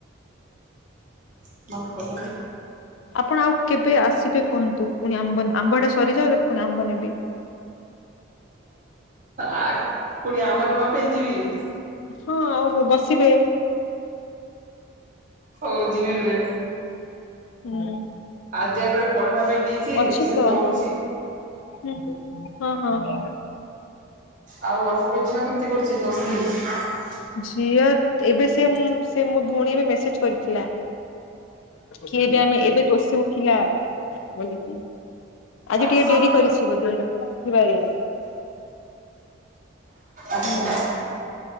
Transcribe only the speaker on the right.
<unintelligible>
ଆ କୁଣିଆ ଆମ୍ବ ନବ। <unintelligible>
ହଉ ଯିବିି।
ଆ ଯଗରେ ପଢେଇବା ପାଇଁ ଦେଇଛି
ସେ
ପଢୁଛି।
ଆଉ ଆପଣଙ୍କ ଝିଅ କେମିତି କରୁଛି କୋଷିଶ?
ହଁ
ଆଛା।